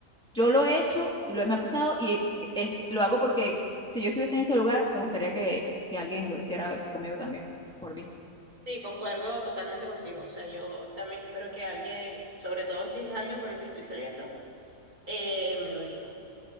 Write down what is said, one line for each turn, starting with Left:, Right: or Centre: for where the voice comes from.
Centre: Yo lo he hecho y lo me ha pasado y e- es que lo hago porque si yo estuviese en ese lugar, me gustaría que, que alguien lo hiciera conmigo también, por mí.
Right: Sí, concuerdo totalmente contigo. O sea, yo también espero que alguien, sobre todo si es alguien con el que estoy saliendo, eh, me lo diga.